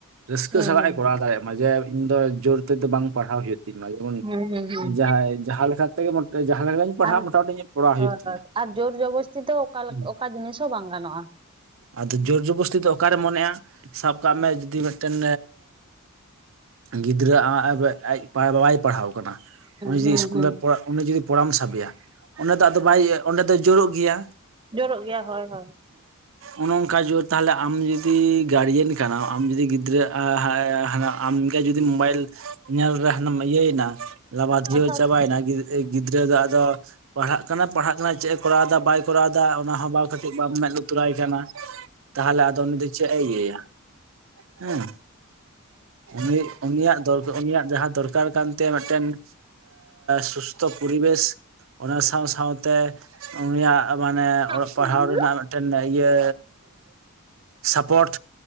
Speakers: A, on the right; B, on the right.
A: ᱨᱟᱹᱥᱠᱟᱹ
B: ᱦᱩᱸ
A: ᱥᱟᱞᱟᱜ
B: ᱦᱩᱸ
A: ᱮ ᱠᱚᱨᱟᱣ ᱫᱟᱲᱮᱭᱟᱜ ᱢᱟ ᱡᱮ ᱤᱧ ᱫᱚ ᱡᱳᱨ ᱫᱚ ᱵᱟᱝ ᱯᱟᱲᱦᱟᱣ ᱦᱩᱭᱩᱜ ᱛᱤᱧ ᱢᱟ ᱡᱮᱢᱚᱱ
B: ᱦᱩᱸ ᱦᱩᱸ ᱦᱩᱸ
A: ᱡᱟᱦᱟᱸᱭ ᱡᱟᱦᱟᱸ ᱛᱮᱜᱮ ᱡᱟᱦᱟᱸ ᱞᱮᱠᱟᱧ ᱯᱟᱲᱦᱟᱜ
B: ᱟᱨ
A: ᱢᱚᱴᱟᱢᱩᱴᱤ ᱤᱧᱟᱹᱜ ᱠᱚᱨᱟᱣ
B: ᱦᱳᱭ
A: ᱦᱩᱭᱩᱜ ᱛᱤᱧᱟᱹ
B: ᱦᱳᱭ ᱟᱨ ᱡᱳᱨ ᱡᱚᱵᱚᱥᱛᱤ ᱫᱚ ᱚᱠᱟ
A: ᱦᱮᱸ
B: ᱚᱠᱟ ᱡᱤᱱᱤᱥ ᱦᱚᱸ ᱵᱟᱝ ᱜᱟᱱᱚᱜᱼᱟ
A: ᱟᱫᱚ
B: ᱦᱩᱸ
A: ᱡᱳᱨᱡᱚᱵᱚᱥᱛᱤ ᱫᱚ ᱚᱠᱟᱨᱮ ᱢᱚᱱᱮᱜᱼᱟ᱾ ᱥᱟᱵ ᱠᱟᱜ
B: ᱦᱩᱸ
A: ᱢᱮ ᱡᱩᱫᱤ ᱢᱤᱫᱴᱤᱱ ᱜᱤᱫᱽᱨᱟᱹ ᱟᱡ ᱵᱟᱵᱟᱭ ᱯᱟᱲᱦᱟᱣ ᱮᱠᱟᱱᱟ᱾ ᱩᱱᱤ ᱡᱩᱫᱤ
B: ᱦᱩᱸ
A: ᱤᱥᱠᱩᱞ
B: ᱦᱩᱸ
A: ᱨᱮ ᱩᱱᱤ ᱡᱩᱫᱤ ᱯᱚᱲᱟᱢ ᱥᱟᱵᱮᱭᱟ ᱚᱸᱰᱮ ᱫᱚ ᱟᱫᱚ ᱵᱟᱭ ᱚᱸᱰᱮ ᱫᱚᱭ ᱡᱩᱨᱩᱜ ᱜᱮᱭᱟ᱾
B: <unintelligible>
A: ᱚᱱ ᱚᱱᱠᱟ ᱡᱩᱨ ᱛᱟᱦᱚᱞᱮ ᱟᱢ ᱡᱩᱫᱤ ᱜᱟᱨᱡᱮᱱ ᱠᱟᱱᱟᱢ ᱟᱢ ᱡᱩᱫᱤ ᱜᱤᱫᱽ ᱜᱤᱫᱽᱨᱟᱹ ᱟᱨ ᱦᱟᱱᱟ ᱟᱢ ᱜᱮ ᱡᱩᱫᱤ ᱢᱩᱵᱟᱭᱤᱞ ᱧᱮᱞ ᱨᱮ ᱦᱟᱱᱮᱢ ᱤᱭᱟᱹᱭᱮᱱᱟ ᱞᱟᱵᱟᱫᱷᱤᱭᱟ.
B: ᱦᱩᱸ ᱦᱩᱸ
A: ᱪᱟᱵᱟᱭᱮᱱᱟ ᱜᱤᱫᱽᱨᱟᱹ ᱫᱚ ᱟᱫᱚ ᱯᱟᱲᱦᱟᱜ ᱠᱟᱱᱟᱭ ᱯᱟᱲᱦᱟᱜ ᱠᱟᱱᱟᱭ ᱪᱮᱫ ᱮ ᱠᱚᱨᱟᱣ ᱮᱫᱟ ᱵᱟᱭ ᱠᱚᱨᱟᱣ ᱮᱫᱟ? ᱚᱱᱟ ᱦᱚᱸ ᱵᱟᱝ ᱠᱟᱹᱴᱤᱡ ᱵᱟᱢ ᱢᱮᱱ ᱞᱩᱛᱩᱨᱟᱭ ᱠᱟᱱᱟ᱾ ᱛᱟᱦᱚᱞᱮ ᱩᱱᱤ ᱫᱚ ᱪᱮᱫ ᱮ ᱤᱭᱟᱹᱭᱟ᱾ ᱦᱩᱸ ᱩᱱᱤ ᱩᱱᱤᱭᱟᱜ ᱫᱚᱨ ᱩᱱᱤᱭᱟᱜ ᱡᱟᱦᱟᱸ ᱫᱚᱨᱠᱟᱨ ᱠᱟᱱᱛᱟᱭᱟ ᱢᱟᱟᱮ ᱥᱩᱥᱛᱷᱚ ᱯᱩᱨᱤᱵᱮᱥ ᱚᱱᱟ ᱥᱟᱶ ᱥᱟᱶᱛᱮ ᱩᱱᱤᱭᱟᱜ ᱢᱟᱱᱮ ᱚᱞᱚᱜ
B: ᱦᱩᱸ
A: ᱯᱟᱲᱦᱟᱣ ᱨᱮᱱᱟᱜ ᱢᱤᱫᱴᱟ. ᱝ ᱤᱭᱟᱹ ᱥᱟᱯᱚᱴ